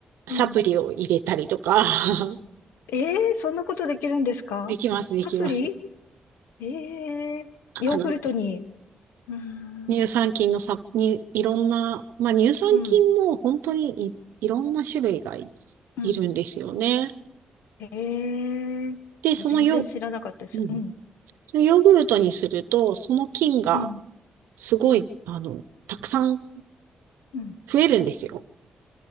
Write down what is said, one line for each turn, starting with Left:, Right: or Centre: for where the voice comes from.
Left: うん
Right: サプリを入れたりとか、<laughs>
Left: ええーそんなことできるんですかアプリ
Right: できます、できます。
Left: ええーヨーグルトに。
Right: あの、
Left: うーん、
Right: 乳酸菌のサ、に、いろんな、まあ、乳酸菌も本当にい、
Left: うん、
Right: いろんな種類がい、
Left: うん。
Right: いるんですよね。
Left: ええーあ全然知らなかったです。
Right: で、そのヨ、うん、
Left: うん、
Right: そのヨーグルトにすると、その菌が
Left: うん、
Right: すごい、
Left: うん、
Right: あの、たくさん
Left: うん。
Right: 増えるんですよ。